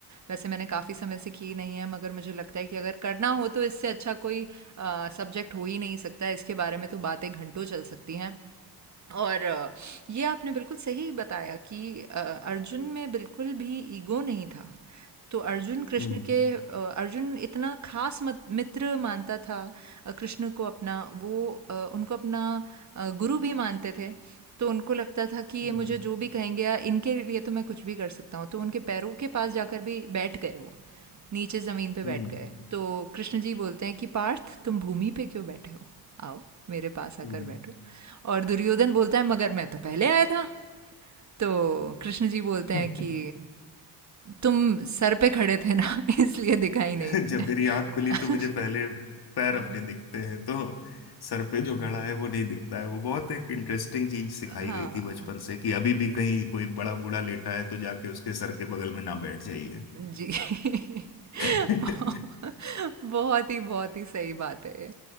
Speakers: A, on the right; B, on the left.
A: वैसे मैंने काफ़ी समय से की नहीं है मगर मुझे लगता है कि अगर करना हो तो इससे अच्छा कोई सब्जेक्ट हो ही नहीं सकता इसके बारे में तो बातें घंटों चल सकती हैं और अ, ये आपने बिल्कुल सही बताया कि अ, अर्जुन में बिल्कुल भी ईगो नहीं था तो अर्जुन कृष्ण
B: हम्म
A: के अ, अर्जुन इतना खास मत- मित्र मानता था अ, कृष्ण को अपना वो अ, उनको अपना अ, गुरु भी मानते थे तो उनको लगता था कि ये
B: हम्म
A: मुझे जो भी कहेंगे या इनके लिए तो मैं कुछ भी कर सकता हूँ तो उनके पैरों के पास जाकर भी बैठ गए वो नीचे ज़मीन पे बैठ
B: हम्म
A: गए तो कृष्ण जी बोलते हैं कि पार्थ तुम भूमि पे क्यों बैठे हो आओ मेरे पास आकर
B: हम्म
A: बैठो और दुर्योधन बोलता है मगर मैं तो पहले आया था तो कृष्ण जी बोलते
B: <laughs>
A: हैं कि तुम सर पे खड़े थे ना <laughs> इसलिए दिखाई
B: <laughs>
A: नहीं दिया
B: जब मेरी आंख खुली तो
A: <laughs>
B: मुझे पहले पैर
A: हाँ
B: अपने दिखते हैं तो सर पे जो घड़ा है वो नहीं दिखता है वो बहुत एक इंटरेस्टिंग चीज सिखाई
A: हाँ,
B: गई थी बचपन से कि अभी भी कहीं कोई बड़ा बूढ़ा लेटा है तो जाके उसके सर के बगल में ना बैठ जाइए
A: जी <laughs>
B: <laughs>
A: बहुत
B: ये
A: ही बहुत ही सही बात है ये